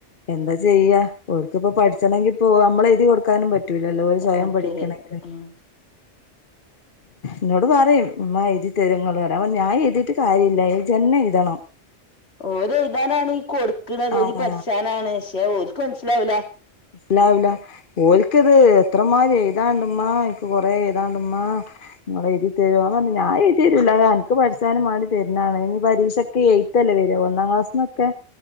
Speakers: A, on the left; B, on the left.
A: എന്താ ചെയ്യാ, ഓര്ക്കിപ്പോ, പഠിച്ചണെങ്കിപ്പോ, നമ്മള, എയ്തി, കൊടുക്കാനും, പറ്റും പറ്റൂല്ലല്ലോ, സ്വയം,
B: അതെ
A: പഠിക്കണെങ്കില്
B: ഉം
A: ന്നോട്, പറയും മ്മാ എയ്തിത്തെരോ ങ്ങള്റ അപ്പ ഞാൻ എയ്തിയിട്ട് കാര്യല്ല ജെന്നെ എയ്തണം
B: ഓത് എഴുതാനാണ് ഈ കൊടുക്കണ അത്
A: ആഹ്
B: എഴുതി പഠിച്ചാനാണ് പക്ഷെ ഓലക്ക് മനസ്സിലാവില്ല
A: ല്ലാ ലാ ഓലിക്കത് എത്രമാതിരി എയ്താണ്ടമ്മ നിക്ക് കൊറ എഴതാണ്ടമ്മ തിത്തെരോന്ന ഞാഎയ്‌തെരൂല അത് അന്ക്ക് പഠിച്ചാനും മാണ്ടി തെര്ണെണ്ഞ്ഞ് പരീശെക്ക് എയ്ത്തല്ലെ, വര ഒന്നാം ക്ലാസ്ന്നൊക്കെ